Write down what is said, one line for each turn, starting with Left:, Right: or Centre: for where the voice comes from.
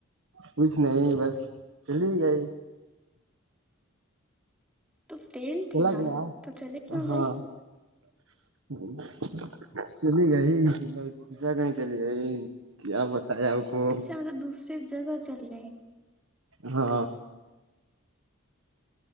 Right: کچھ نہیں بس چلی گئی
Centre: تو فرینڈ تھی
Right: چلا
Centre: نا
Right: گیا
Centre: چلی کیوں
Right: ہاں
Centre: گئی
Right: <inaudible> کو
Centre: اچھا دوسرے جگہ چل رہے ہیں
Right: ہا